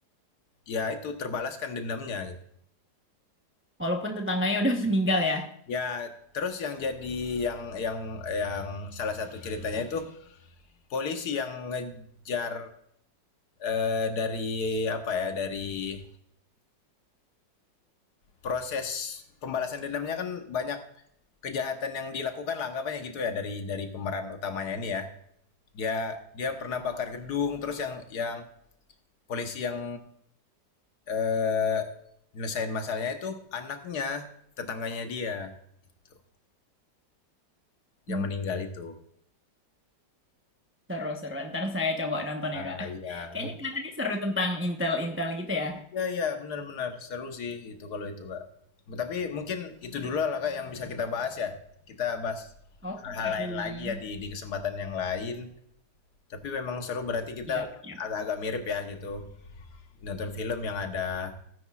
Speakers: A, on the left (about 60°); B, on the right (about 15°).
A: ya itu terbalaskan dendamnya gitu.
B: Walaupun tetangganya udah <laughs> meninggal ya.
A: Ya terus yang jadi yang yang yang salah satu ceritanya itu polisi yang ngejar eh, dari apa ya dari proses pembalasan dendamnya kan banyak kejahatan yang dilakukan lah anggapannya gitu ya dari dari pemeran utamanya ini ya. Dia dia pernah bakar gedung terus yang yang polisi yang eh nyelesain masalahnya itu anaknya tetangganya dia gitu yang
B: Hmm.
A: meninggal itu.
B: Seru seru. Ntar saya coba nonton ya
A: Ah,
B: kak. <laughs>
A: iya,
B: Kayaknya
A: mungkin
B: kelihatannya seru tentang intel-intel gitu ya.
A: iya iya benar-benar seru sih itu kalau itu, Kak. Tapi mungkin itu dulu lah, Kak, yang bisa kita bahas ya. Kita bahas
B: Oke
A: hal-hal
B: kak
A: lain
B: Willy.
A: lagi ya di di kesempatan yang lain. Tapi memang seru berarti kita
B: Iya, iya,
A: agak-agak mirip ya gitu. Nonton film yang ada